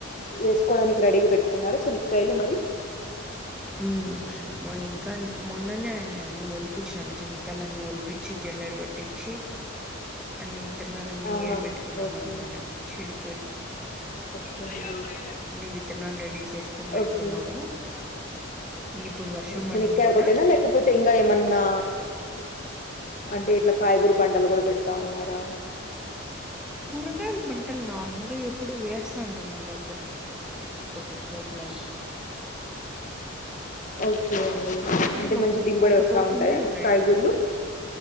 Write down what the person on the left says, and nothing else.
వేసుకోవడానికి రెడీగా పెట్టుకున్నారా శనక్కయలు మరి
ఆహా
ఓకే
ఓకే అండి
ఓకే
శనక్కాయ
ఒకటేనా లేకపోతే ఇంగ ఏమన్నా అంటే ఇట్ల కాయగూర పంటలు కూడా పెడతా ఉన్నారా
ఓకే అండి అంటే
మంచి దిగుబడి
వస్తా
ఉంటాయా
కాయగూర్లు